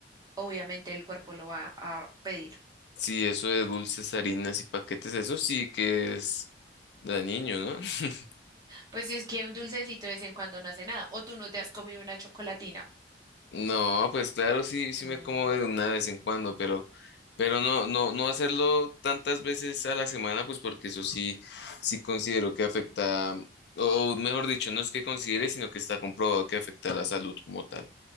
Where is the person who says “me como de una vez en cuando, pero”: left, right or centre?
Left